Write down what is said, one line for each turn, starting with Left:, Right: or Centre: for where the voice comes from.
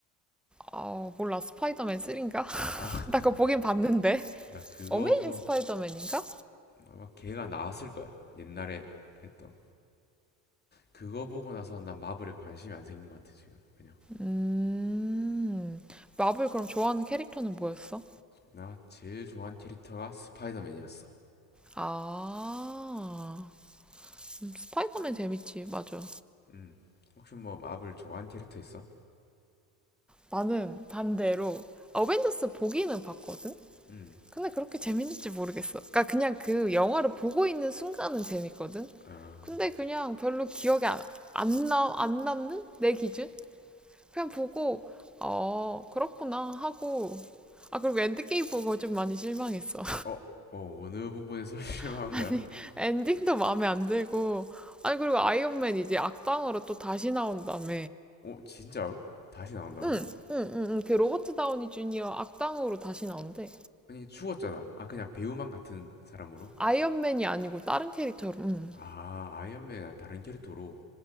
Centre: 아, 몰라. 스파이더맨 3인가? <laughs>
Left: 아
Centre: 나 그거 보긴 봤는데.
Left: 그러니까
Centre: <laughs>
Left: 그거
Centre: 어메이징
Left: 본
Centre: 스파이더맨인가?
Left: 아마 걔가 나왔을 거야 옛날에 했던 그거 보고 나서 난 마블에 관심이 안 생긴 것 같아 지금 그냥
Centre: 음. 마블 그럼 좋아하는 캐릭터는 뭐였어?
Left: 나 제일 좋아하는 캐릭터가 스파이더맨이었어
Centre: 아. 음, 스파이더맨 재밌지. 맞아.
Left: 음 혹시 뭐 마블 좋아하는 캐릭터 있어?
Centre: 나는 반대로 어벤져스 보기는 봤거든?
Left: 음
Centre: 근데 그렇게 재밌는지 모르겠어. 그러니까 그냥 그 영화를 보고 있는 순간은 재밌거든.
Left: 아음
Centre: 근데 그냥 별로 기억에 안, 안, 남, 안 남는 내 기준? 그냥 보고 어 그렇구나 하고 아 그리고 엔드게임 보고 좀 많이 실망했어.
Left: 어, 어 어느 부분에서 <laughs> 실망한
Centre: <laughs> 아니
Left: 거야?
Centre: 엔딩도 마음에 안 들고 아니 그리고 아이언맨 이제 악당으로 또 다시 나온다며.
Left: 어 진짜로? 다시 나온다고?
Centre: 응, 응, 응, 응. 그 로버트 다우니 주니어 악당으로 다시 나온대.
Left: 아니 죽었잖아. 아 그냥 배우만 같은 사람으로?
Centre: 아이언맨이 아니고 다른 캐릭터로. 응,
Left: 아 아이언맨 다른 캐릭터로.